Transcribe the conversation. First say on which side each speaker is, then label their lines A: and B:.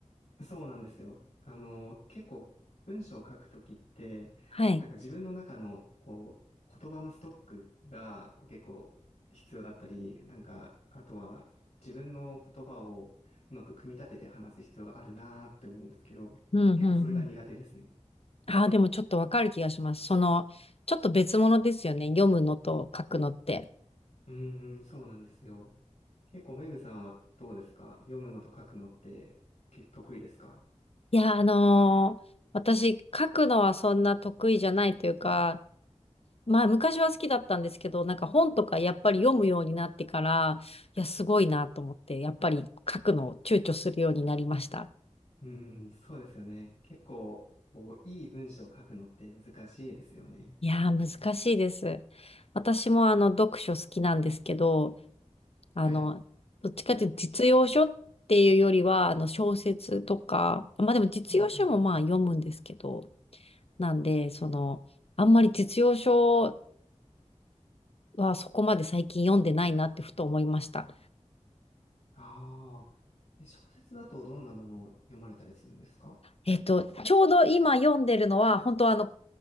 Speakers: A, on the left (about 70°); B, on the left (about 55°).
A: そうなんですよ。あの、結構文章を書くときって、
B: はい。
A: なんか自分の中のこう、言葉のストックがこう結構必要だったり、なんか、あとは自分の言葉をうまく組み立てて話す必要があるなーって思うんですけど、
B: うん、うん、
A: 結構それが苦手ですね。
B: うん。あー、でもちょっとわかる気がします。その、ちょっと別物ですよね。読むのと書くのって。
A: うんうん、そうなんですよ。結構、メグさんはどうですか読むのと書くのって結構得意ですか
B: いや、あのー私、書くのはそんな得意じゃないというか、まあ、昔は好きだったんですけど、なんか本とかやっぱり読むようになってから、いや、すごいなと思って、やっぱり書くのを躊躇するようになりました。
A: うんうん、そうですよね。結構、こう、いい文章を書くのって難しいですよね。
B: いやー、難しいです。私もあの、読書好きなんですけど、あの、
A: はい。
B: どっちかっていうと実用書っていうよりは、あの、小説とか、まあでも実用書もまあ読むんですけど、
A: うんうんうん。
B: なんで、その、あんまり実用書はそこまで最近読んでないなってふと思いました。
A: ああ。え、小説だとどんなものを読まれたりするんですか
B: えっと、ちょうど今読んでるのは、本当あの、